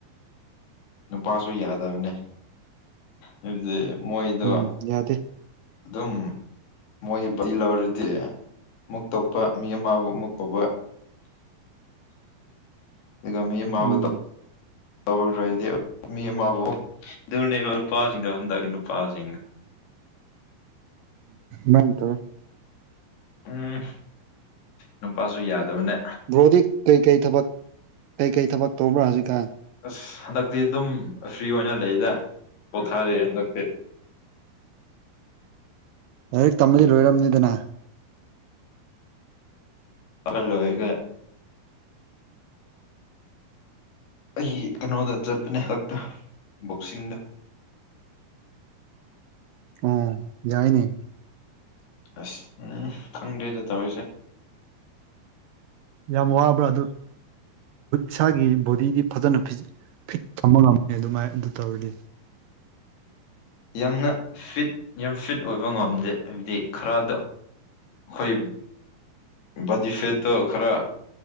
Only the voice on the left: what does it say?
ꯅꯨꯄꯥꯁꯨ ꯌꯥꯗꯕꯅꯦ ꯍꯥꯏꯕꯗꯤ ꯃꯣꯏꯗꯣ
ꯑꯗꯨꯝ ꯃꯣꯏꯒꯤ ꯖꯤ ꯂꯧꯔꯗꯤ ꯃꯨꯛ ꯇꯧꯞꯄ ꯃꯤ ꯑꯃꯕꯨ ꯃꯨꯛ ꯀꯧꯕ ꯑꯗꯨꯒꯒꯝ ꯃꯥꯕꯗ
ꯇꯕꯜ ꯔꯍꯤꯗꯦꯣ ꯃꯤ ꯃꯥꯕꯨ ꯑꯗꯨꯅ ꯅꯨꯨꯄꯥꯥꯁꯤꯡ ꯍ ꯅꯨꯄꯥꯜꯁꯤꯡ
ꯎꯝ ꯅꯨꯄꯥꯁꯨ ꯌꯥꯗꯕꯅꯦ
ꯑꯁ ꯍꯟꯗꯛꯇꯤ ꯑꯗꯨꯝ ꯐ꯭ꯔꯤ ꯑꯣꯏꯅ ꯂꯩꯗ ꯄꯣꯊꯥꯔꯛꯑꯦ ꯍꯟꯗꯛꯇꯤ <inaudible>
ꯂꯣ ꯑꯩ ꯑꯩ ꯀꯩꯅꯣꯗ ꯆꯠꯄꯅꯦ ꯍꯗꯛꯇ ꯕꯣꯛꯁꯤꯡꯗ <inaudible>
ꯑꯁ ꯎꯝ ꯈꯪꯗꯦꯗ ꯇꯧꯔꯤꯁꯦ
ꯌꯥꯝꯅ ꯐꯤꯠ ꯌꯥꯝ ꯐꯤꯠ ꯑꯣꯏꯕ ꯉꯝꯗꯦ ꯍꯥꯏꯕꯗꯤ ꯈꯔꯗꯣ ꯍꯣꯏ ꯕꯗꯤꯐꯦꯠꯇꯣ ꯈꯔ